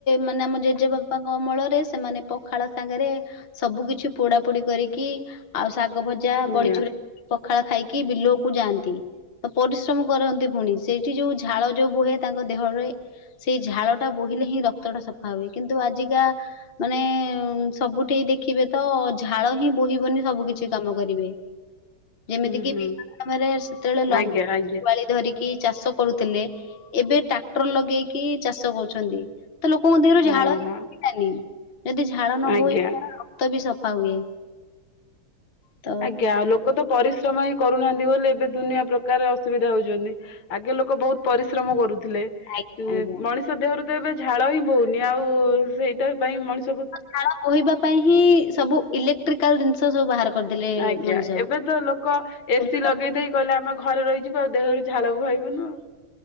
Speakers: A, on the left (about 40°); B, on the left (about 80°).
A: ମାନେ ଆମ ଜେଜେବାପାଙ୍କ ଅମଳ ରେ ସେମାନେ ପଖାଳ ସାଙ୍ଗରେ ସବୁ କିଛି ପୋଡା ପୋଡି କରିକି ଆଉ ଶାଗ ଭଜା
B: ଆଜ୍ଞା
A: ବଡି ଚୁରା ପଖାଳ ଖାଇକି ବିଲ କୁ ଯାଆନ୍ତି। ତ ପରିଶ୍ରମ କରନ୍ତି ପୁଣି। ସେଇଠି ଯୋଉ ଝାଳ ଯୋଉ ବୁହେ ତାଙ୍କ ଦେହରେ ସେଇ ଝାଳ ଟା ବୋହିଲେ ହିଁ ରକ୍ତ ଟା ସଫା ହୁଏ। କିନ୍ତୁ ଆଜିକା ମାନେ ସବୁଠି ଦେଖିବେ ତ ଝାଳ ହିଁ ବୋହିବନି। ସବୁ କିଛି କାମ କରିବେ। ଯେମିତି
B: ହୁଁ
A: କିି
B: ହୁଁ
A: ବିଲ କାମରେ ସେତେବେଳେ ଲଙ୍ଗଳ
B: ଆଜ୍ଞା ଆଜ୍ଞା।
A: ଜୁଆଳି ଧରିକି ଚାଷ କରୁଥିଲେ। ଏବେ ଟ୍ରାକ୍ଟର ଲଗେଇକି ଚାଷ କରୁଛନ୍ତି। ତ ଲୋକଙ୍କ ଦେହରୁ
B: ହଁ
A: ଝାଳ ହିଁ
B: ହଁ
A: ବୋହିଲାନି। ଯଦି ଝାଳ ନ
B: ଆଜ୍ଞା
A: ବୋହିବ ତ ବି ସଫା ହୁଏ। ତ
B: ଆଜ୍ଞା। ଆଉ ଲୋକ ତ ପରିଶ୍ରମ ହିଁ କରୁନାହାନ୍ତି ବୋଲି ଏବେ ଦୁନିଆ ପ୍ର କାର ଅସୁବିଧା ହଉଛନ୍ତି। ଆଗେ ଲୋକ ବହୁତ ପରିଶ୍ରମ କରୁଥିଲେ।
A: ଆଜ୍ଞା ଆଜ୍ଞା।
B: ମଣିଷ ଦେହରୁ ତ ଏବେ ଝାଳ ହିଁ ବହୁନି। ଆଉ ସେଇଟା ପାଇଁ ମଣିଷ ବହୁତ୍
A: ଝାଳ ବୋହିବା ପାଇଁ ହିଁ ସବୁ ଇଲେକ୍ଟ୍ରିକ୍ କାଲ୍ ଜିନିଷ ସବୁ ବାହାର କରିଦେଲେ
B: ଆଜ୍ଞା
A: ମଣିଷ।
B: ଏବେ ତ ଲୋକ
A: <unintelligible>
B: ଏସିି ଲଗେଇ ଦେଇେଇ କହିଲେ ଆମ ଘରେ ରହିଯିବୁ ଆଉ ଦେହରୁ ଝାଳ ବୁହାଇବୁନୁ ଆଉ।